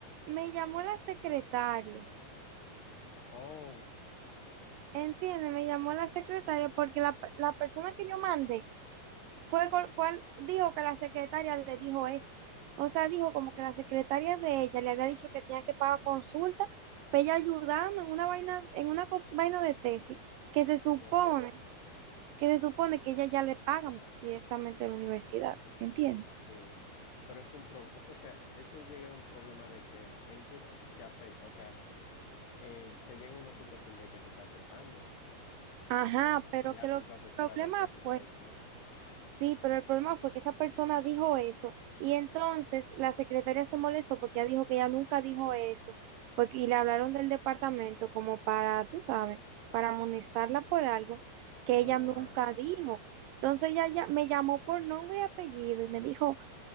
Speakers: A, on the right (about 80°); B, on the left (about 85°).
A: me llamó la secretaria,
B: Oh,
A: ¿entiendes? Me llamó la secretaria porque la, pe- la persona que yo mandé fue, con- fue, al- dijo que la secretaria le dijo eso. O sea, dijo como que la secretaria de ella le había dicho que tenía que pagar consulta, pero ella ayudando en una vaina, en una cos- vaina de tesis, que se supone,
B: wow,
A: que se supone que ella ya le pagan directamente de la universidad, ¿entiendes?
B: sí. Pero es un pro, eso, o sea, eso llega a un problema de que, ¿en qué te afecta? O sea, eh, te llega una situación de que te está afectando
A: Ajá,
B: con,
A: pero
B: ya
A: que lo
B: con tu
A: que
B: asesora
A: el problema
B: de tesis
A: fue
B: directamente.
A: Sí, pero el problema fue que esa persona dijo eso y entonces la secretaria se molestó porque ella dijo que ella nunca dijo eso porque, y le hablaron del departamento como para, tú sabes, para amonestarla por algo que
B: Oh,
A: ella
B: wow.
A: nunca dijo. Entonces ella ya me llamó por nombre y apellido y me dijo,